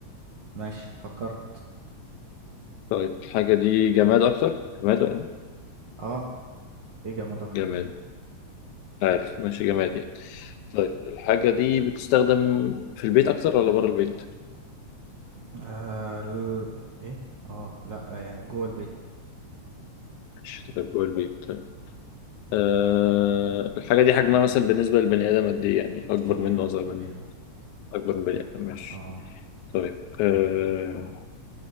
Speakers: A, on the right (about 65°); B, on the left (about 85°).
A: ماشي فكرت
B: طيب الحاجة دي جماد أكتر جماد يعني
A: اه ايه جماد اكتر
B: جماد
A: دي
B: عارف ماشي جماد يعني طيب الحاجة دي بتستخدم في البيت أكتر ولا بره البيت؟
A: آه ال... ايه اه لا يعني جوه البيت
B: ماشي طيب جوه البيت طيب أه الحاجة دي حجمها مثلا بالنسبة للبني آدم قد إيه يعني أكبر
A: كبيرة
B: منه أصغر
A: كبيرة
B: منه أكبر من بني آدم ماشي
A: اه
B: طيب أه